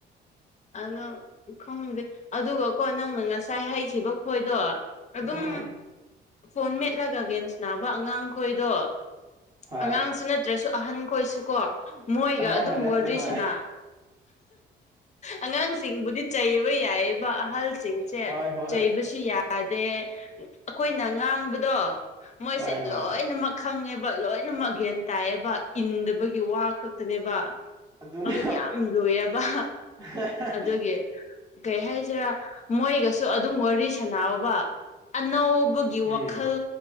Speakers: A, on the left; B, on the right.
A: ꯑꯗꯣ ꯈꯪꯗꯦ ꯑꯗꯨꯒꯀꯣ ꯅꯪꯅ ꯉꯁꯥꯏ ꯍꯥꯏꯈꯤꯕ ꯈꯣꯏꯗꯣ꯫ ꯑꯗꯨꯝ
B: ꯎꯝ
A: ꯐꯣꯟ ꯃꯦꯠꯂꯒ ꯒꯦꯝꯁꯥꯅꯕ ꯑꯉꯥꯡ ꯈꯣꯏꯗꯣ꯫
B: ꯍꯣꯏ
A: ꯑꯉꯥꯡꯁꯨ ꯅꯠꯇ꯭ꯔꯁꯨ ꯑꯍꯟ ꯈꯣꯏꯁꯨ ꯀꯣ꯫ ꯃꯣꯏꯒ
B: ꯑꯉꯥꯡꯒ
A: ꯑꯗꯨꯝ
B: ꯅꯠꯇ꯭ꯔꯦ
A: ꯋꯥꯔꯤ
B: ꯍꯣꯏ
A: ꯁꯅꯥ꯫ ꯑꯉꯥꯡꯁꯤꯡꯕꯨꯗꯤ ꯆꯩꯕ ꯌꯥꯏꯌꯦꯕ ꯑꯍꯜꯁꯤꯡꯁꯦ
B: ꯍꯣꯏ ꯍꯣꯏ
A: ꯆꯩꯕꯁꯨ ꯆꯩꯕꯁꯨ ꯌꯥꯗꯦ ꯑꯈꯣꯏꯅ ꯉꯥꯡꯕꯗꯣ ꯃꯣꯏꯁꯦ
B: ꯍꯣꯏ ꯍꯣꯏ
A: ꯂꯣꯏꯅꯃꯛ ꯈꯪꯉꯦꯕ ꯂꯣꯏꯅꯃꯛ ꯒꯦꯟ ꯇꯥꯏꯌꯦꯕ꯫ ꯏꯟꯗꯕꯒꯤ ꯋꯥ ꯈꯛꯇꯅꯦꯕ
B: ꯑꯗꯨꯅꯦ
A: ꯑꯗꯨ ꯌꯥꯝ ꯂꯨꯌꯦꯕ꯫
B: <unintelligible>
A: ꯑꯗꯨꯒꯤ꫰꫰ ꯀꯩ ꯍꯥꯏꯁꯤꯔꯥ ꯃꯣꯏꯒꯁꯨ ꯑꯗꯨꯝ ꯋꯥꯔꯤ ꯁꯥꯟꯅꯥꯕ ꯑꯅꯧ ꯕꯒꯤ ꯋꯥꯈꯜ꯫
B: ꯎꯝ